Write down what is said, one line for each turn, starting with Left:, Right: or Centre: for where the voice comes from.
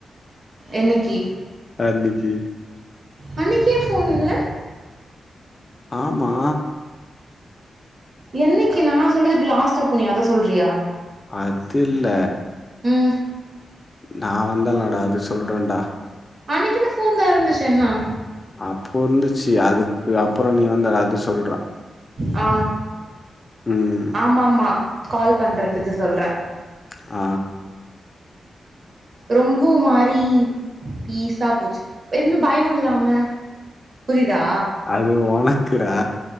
Right: என்னைக்கி
Left: அன்னைக்கி
Right: அன்னைக்கு ஏன் போன் இல்ல
Left: ஆமா
Right: என்னைக்கு நா சொல்றது இப்ப லாஸ்டா போனியே அத சொல்றியா
Left: அது இல்ல
Right: ம்
Left: நா வந்தேலடா அது சொல்றேன்டா
Right: அன்னைக்குன்னு ஃபோன் தா இருந்துச்சே என்னா
Left: அப்போ இருந்துச்சு அதுக்கு அப்பற நீ வந்தல்ல அது சொல்ற
Right: ஆ
Left: ம்
Right: ஆமாம்மா கால் பண்ணுறத்துக்கு சொல்றே
Left: ஆ
Right: ரொம்ப மாறி பீசா போச்சு எதுமே பயொ இல்லாம புரியுதா
Left: அது உனக்குடா